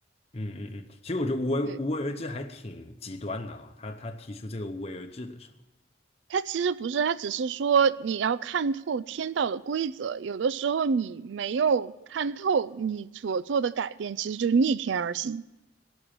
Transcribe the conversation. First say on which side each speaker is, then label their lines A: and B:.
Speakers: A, on the left; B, on the right.
A: 嗯嗯嗯，其实我觉得无为无为而治还挺极端的啊、
B: 对，
A: 他他提出这个无为而治的时候。
B: 它其实不是，它只是说你要看透天道的规则，有的时候你没有看透，你所做的改变其实就是逆天而行。